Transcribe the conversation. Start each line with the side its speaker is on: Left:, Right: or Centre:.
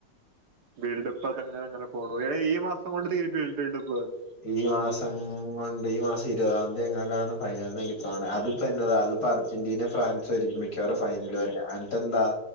Right: ബിൽഡപ്പ് അതെങ്ങനെ അങ്ങനെ പോണ ഏ ഈ മാസം കൊണ്ട് തീരി <unintelligible>
Left: ഈ മാസം കൊണ്ട് ഈ മാസം ഇരുപതാം തീയതി എങ്ങാണ്ടാണ് ഫൈനൽനങ്കി തോണേ അതിപ്പ എന്നതാ അത്പ്പോ അർജ ജൻ്റീന ഫ്രാൻസ ആയിരിക്കും മിക്കവാറും ഫൈനലിൽ വരുന്നെ അന്നിട്ട് എന്താ